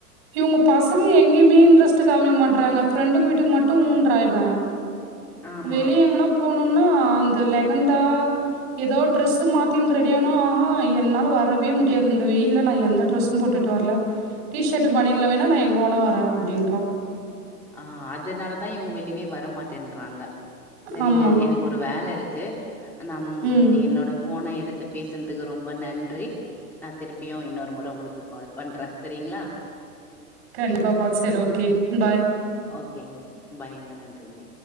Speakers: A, on the right; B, in the centre.
A: இவுங்க பசங்க எங்கியுமே இன்ட்ரெஸ்ட் காமிக் மாட்டறாங்க ஃப்ரெண்டுங்க வீட்டுக்கு மட்டு ஊன்றாயிவ
B: ஆமா
A: வெளிய எங்கனா போணுன்னா அந்த லெகந்தா ஏதோ டிரரெஸு மாத்தின் ரெடி ஆனும் ஆஹோ என்னால் வரவே முடியாது இந்த வெயில்ல நா எந்த ட்ரெஸ்ஸு போட்டுட்டு வர்ல டீசெட்டு பனியன்ல வேணா நா எங்க வோணா வர அப்டின்றா
B: ஆஹ் அதனாலதா இவுங்க வெளிவே வரமாட்டேன்றாங்க சரிங்க
A: ஆமா
B: எனக்கு ஒரு வேலை இருக்கு நம்
A: ம்
B: என்னோட போன எடுத்து பேசந்துக்கு ரொம்ப நன்றி நா திருப்பியு இன்னொரு முறை உங்களுக்கு கால் பண்றே சரிங்ளா
A: கண்டிப்பாக பா செர் ஓகே பாய்
B: ஓகேங்க பாயங்க நன்றிங்க